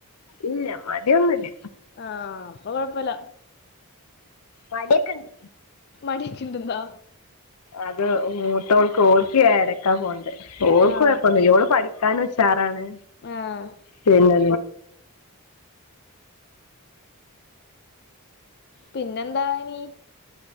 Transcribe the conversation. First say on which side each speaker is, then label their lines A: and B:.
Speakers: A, on the left (about 85°); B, on the left (about 45°).
A: ഇല്ല മടി ഒന്നൂല്ല
B: ആഹ് അപ്പൊ കൊഴപ്പില്ല
A: മടി ഒക്കെ ഉണ്ട്
B: മടി ഒക്കെ ഇണ്ട്ന്നാ
A: അത് മൂത്തോൾക്ക്‌ ഓൾക്ക് എഴരക്ക പോണ്ടെ ഓൾക്ക്
B: ആഹ്
A: കുഴപ്പൊന്നുല്ല ഓള് പഠിക്കാനും ഉഷാറാണ്
B: ആഹ്
A: പിന്നെ
B: പിന്നെന്താ ഇനീ